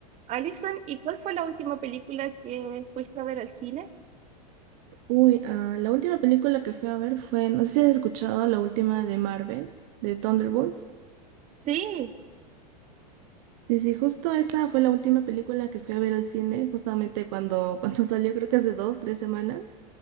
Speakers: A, on the right; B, on the right.
A: Alison, ¿y cuál fue la última película que fuiste a ver al cine?
B: Uy, ah, la última película que fui a ver fue, no sé si has escuchado la última de Marvel, de Thunderbolts.
A: Sí,
B: Sí, sí, justo esa fue la última película que fui a ver al cine, justamente cuando, <laughs> cuando salió, creo que hace dos, tres semanas.